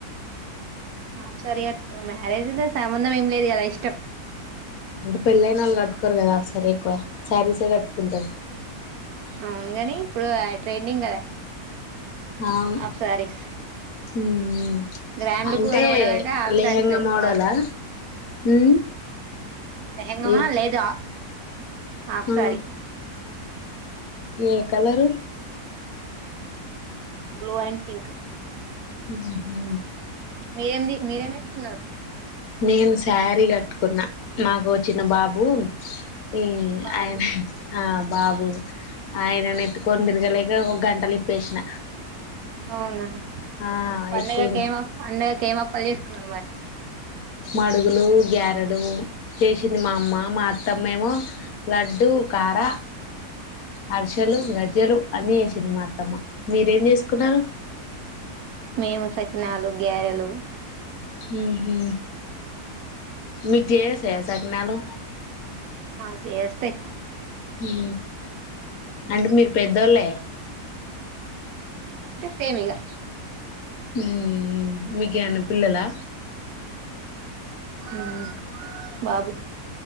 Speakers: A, on the right; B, on the left.
A: హాఫ్ శారీ గట్టుకున్నాం మ్యారేజ్ లో సంబంధం ఏం లేదు ఇలా ఇష్టం
B: అంటే పెళ్ళైన వాళ్ళు కట్టుకోరు కదా హాఫ్ శారీ ఎక్కువ శారీసే కట్టుకుంటారు
A: అవును గాని ఇప్పుడు ట్రైనింగ్ కదా
B: అవును
A: ఆఫ్ సారీస్
B: ఉమ్
A: గ్రాండ్ లుక్
B: అంటే
A: కనపడాలంటే ఆఫ్
B: లెహంగా
A: సారీస్ కట్టుకోవాలే
B: మోడలా ఉమ్
A: అహంగమా
B: ఏ
A: లేదు హ హాఫ్
B: ఆ
A: శారి
B: ఏ కలరు
A: బ్లూ అండ్ పింక్
B: హు హు
A: మీరేమిది మీరేమి వేసుకున్నారు
B: నేను శారీ కట్టుకున్న మాకు ఒకచ్చిన బాబు ఈ
A: బాబు
B: అ ఆ బాబు ఆయన ని ఎత్తుకొని తిరగలేక ఒక గంటలో లేసిన
A: అవునా
B: ఆ
A: పండగకి
B: ఎక్కువ
A: ఏమ పండగకి ఏం అప్పలు చేసుకున్నారు మరి
B: మడుగులు గ్యారెలు చేసింది మా అమ్మ మా అత్తమ్మేమో లడ్డు కార హర్షలు గజ్జలు అన్ని చేసింది మా అత్తమ్మ మీరేం చేసుకున్నారు
A: మేము సకినాలు గారెలు
B: హు హు మీ జయస్త్యా సకినాలు
A: మా కు జయస్తయి
B: ఊ అంటే మీరు పెద్దోళ్ళే
A: సేమిగా
B: ఉ నీకేమన్నా పిల్లాల
A: ఊ బాబు